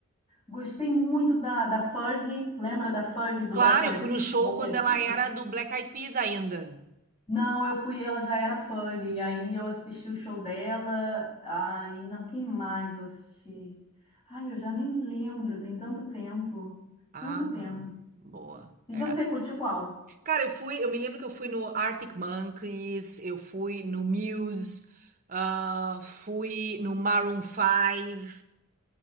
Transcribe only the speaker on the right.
Claro,
eu fui no show
quando
ela
era do Black Eyed Peas ainda.
Ah,
boa.
É.
Cara, eu fui, eu me lembro que eu fui no Arctic Monkeys, eu fui no Muse, ah, fui no Maroon 5,